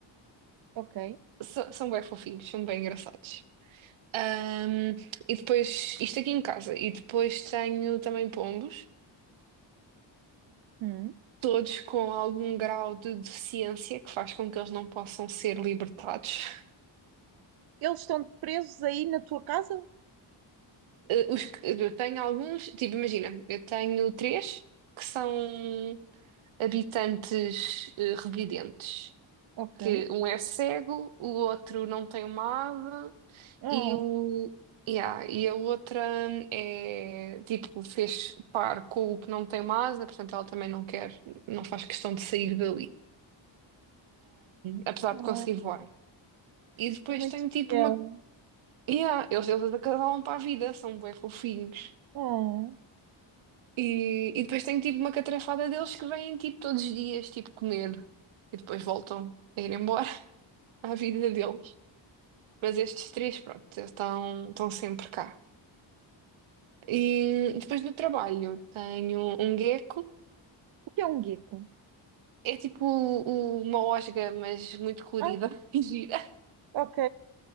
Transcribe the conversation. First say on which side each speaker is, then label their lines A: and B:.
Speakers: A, on the right; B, on the right.
A: ok.
B: São, são bem fofinhos, são bem engraçados. Ahm, e depois, isto aqui em casa, e depois tenho também pombos,
A: Hum.
B: todos com algum grau de deficiência que faz com que eles não possam ser libertados.
A: Eles estão presos aí na tua casa?
B: Eh, os que- eu tenho alguns, tipo, imagina, eu tenho três que são. habitantes eh, revidentes,
A: Ok.
B: que um é cego, o outro não tem uma ave
A: Oh,
B: e o yeah, e a outra hum, é tipo fez par com o que não tem uma asa, portanto ela também não quer, não faz questão de sair dali, apesar
A: oh,
B: de conseguir voar. E depois
A: é muito
B: tem tipo
A: fiel.
B: uma yeah, eles eles acasalam para a vida, são bem fofinhos.
A: Oh.
B: E, e depois tem tipo uma catrafada deles que vêm tipo todos os dias tipo comer e depois voltam a ir embora <laughs> à vida deles. Mas estes três, pronto, estão, estão sempre cá. E depois no trabalho tenho um gecko.
A: O que é um gecko?
B: É tipo o- uma osga, mas muito colorida
A: ah
B: <laughs> e gira.
A: ok.